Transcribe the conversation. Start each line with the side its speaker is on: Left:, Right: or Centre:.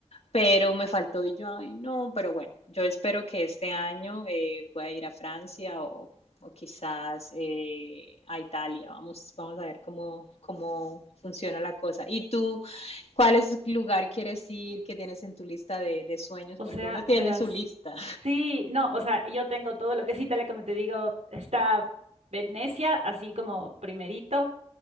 Left: pero me faltó y yo, ay, no, pero bueno, yo espero que este año eh, pueda ir a Francia o, o quizás eh, a Italia. Vamos, vamos a ver cómo, cómo funciona la cosa. ¿Y tú, cuál es el lugar quieres ir que tienes en tu lista de, de sueños?
Right: O
Left: Porque
Right: sea,
Left: uno tiene
Right: verás,
Left: su lista.
Right: sí, no, o sea, yo tengo todo lo que es Italia, como te digo, está Venecia, así como primerito,